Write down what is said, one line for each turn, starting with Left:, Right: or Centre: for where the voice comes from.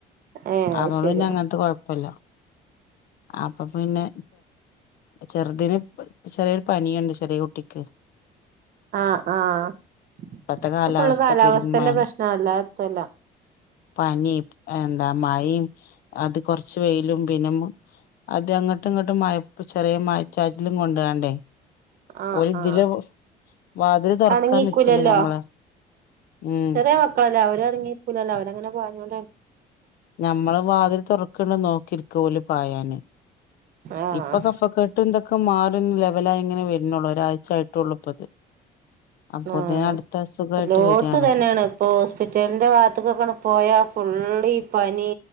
Right: ഏഹ് അത്
Left: അതോണ്ട്
Right: ശരി
Left: പിന്നെ അങ്ങനത്തെ കൊഴപ്പല്ല അപ്പൊ പിന്നെ ചെറ്തിന് ചെറിയൊരു പനിയുണ്ട് ചെറിയേ കുട്ടിക്ക്
Right: ആ ആ ഇപ്പൊ
Left: ഇപ്പത്തെ കാലാവസ്ഥ
Right: ഫുള്ള് കാലാവസ്ഥന്റെ
Left: പെരും മഴ
Right: പ്രശ്നാ അല്ലാതെത്തുല്ലാ
Left: പനി എന്താ മഴിം അത് കൊറച്ച് വെയിലും പിന്നെ അത് അങ്ങട്ടും ഇങ്ങട്ടും മായ ചെറിയേ മായച്ചാറ്റിലും കൊണ്ടാണ്ടേ
Right: ആഹ്
Left: ഓലിതിലെ
Right: ആഹ്
Left: വാതില് തുറക്കാൻ
Right: അടങ്ങിക്കൂലല്ലോ
Left: നക്കല്ലേ ഞമ്മള് ഉം
Right: ചെറിയ മക്കളല്ലേ അവര് അടങ്ങി നിക്കുലല്ലോ അവര് അങ്ങനെ പോഞ്ഞോണ്ട്
Left: ഞമ്മള് വാതിൽ തുറക്ക്ണ്ടോ നോക്കി ഇരിക്ക ഓല് പായാന്
Right: ആഹ്
Left: ഇപ്പൊ കഫംക്കെട്ടും ഇതൊക്കെ മാറി ഇപ്പം ലെവലായി ഇങ്ങനെ വരുന്നുള്ളൂ ഒരാഴ്ച ആായിട്ടൊള്ളു ഇപ്പത് അപ്പോത്തിന്
Right: ആഹ്
Left: അടുത്ത അസുഖായിട്ട്
Right: എല്ലോട്ത്തും
Left: വരാണ്
Right: ഇതന്നെണ് ഇപ്പൊ ഹോസ്പിറ്റലിന്റെ ഭാഗത്ത്ക്കൊക്കെ പോയാ ഫുള്ളി പനി